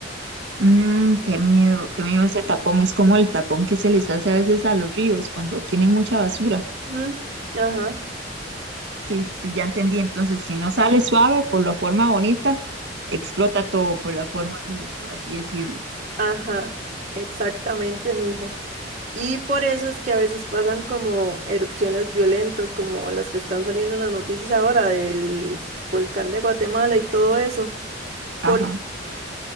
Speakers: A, on the right; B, on the right.
A: Mm, qué miedo, qué miedo ese tapón. Es como el tapón que se les hace a veces a los ríos cuando tienen mucha basura.
B: Ujú, Ajá,
A: Sí, sí, ya entendí. Entonces, si no sale suave por la forma bonita, explota todo por la forma ruda, por así decirlo.
B: ajá, exactamente, mija. Y por eso es que a veces pasan como erupciones violentas, como las que están saliendo en las noticias ahora del volcán de Guatemala y todo eso, porque
A: Ajá.